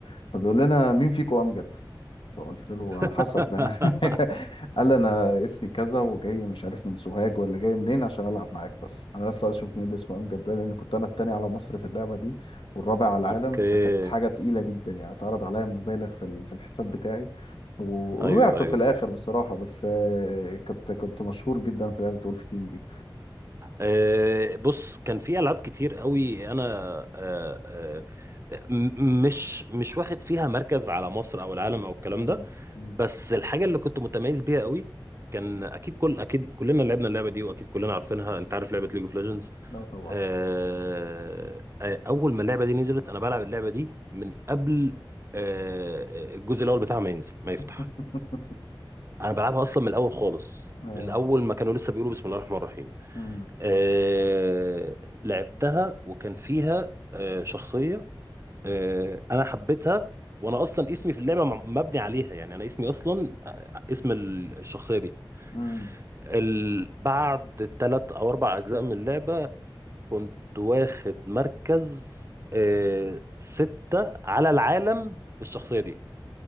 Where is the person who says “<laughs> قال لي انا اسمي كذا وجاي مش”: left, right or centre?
Left